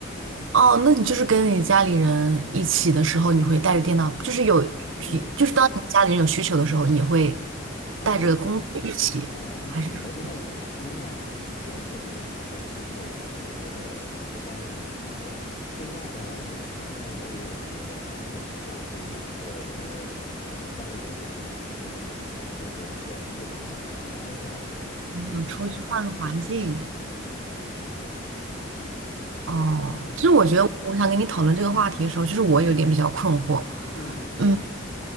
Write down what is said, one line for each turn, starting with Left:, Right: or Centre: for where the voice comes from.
Right: 哦，那你就是跟你家里人一起的时候，你会带着电脑，就是有，
Left: 嗯
Right: 就是当你家里人有需求的时候，你会
Left: 啊，
Right: 带着工具一起，
Left: 呃，
Right: 还是说
Left: 有的时候怎么说呢？像是有有有有这个有这方面的需求，另外呢，有的时候呢又觉得好像也不像是就是呃呃家里人有这种需求，那么就可能就是纯就是不想在家待着，然后就出去转转吧。
Right: 想出去换个环境？
Left: 哎，对对对，就是这种，就是这种。
Right: 哦，
Left: 对，
Right: 其实我觉得我想跟你讨论这个话题的时候，就是我有点比较困惑。
Left: 嗯嗯
Right: 嗯，